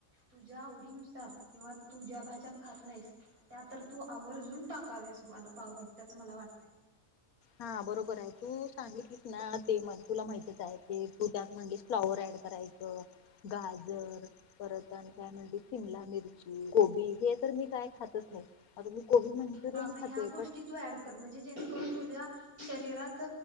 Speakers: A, on the right; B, on the left.
A: तुझ्या आवडीनुसार किंवा तु ज्या भाज्या खात नाहीस. त्या तर तू आवर्जून टाकाव्यास. मला पावभाजी त्या मला वाटत.
B: हा बरोबर आहे तू सांगितलीस ना ते मग. तुला माहतीच आहे ते. तू त्यात म्हणलीस फ्लाॉवर ऍड करायच. गाजर. परत आणि काय म्हणलीस शिमला मिरची. गोबी. हे तर मी काय खातच नाही. आता मी कोबी मंचुरियन
A: हा मग
B: खाते
A: ह्या गोष्टी
B: पण
A: तू ऍड कर म्हणजे जेणेकरून तुझ्या शरीरात